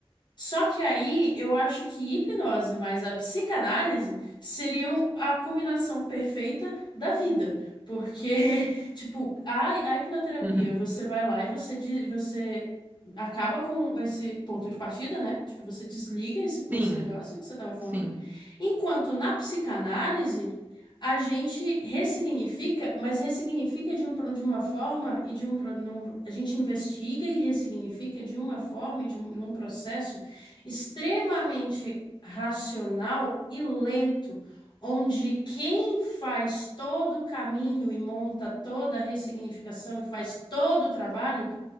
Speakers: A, on the left (about 50°); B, on the right (about 15°).
A: Só que aí eu acho que hipnose mais a psicanálise seriam a combinação perfeita da vida. Porque, <laughs> tipo, a, a hipnoterapia,
B: Uhum.
A: você vai lá e você, de- você acaba com esse ponto de partida, né? Tipo, você desliga esse,
B: Sim,
A: esse negócio que você tava falando.
B: sim.
A: Enquanto na psicanálise, a gente ressignifica, mas ressignifica de, um, pro- de uma forma e de um. pro- num- a gente investiga e ressignifica de uma forma e de um, num processo extremamente racional e lento, onde quem faz todo o caminho e monta toda a ressignificação e faz todo o trabalho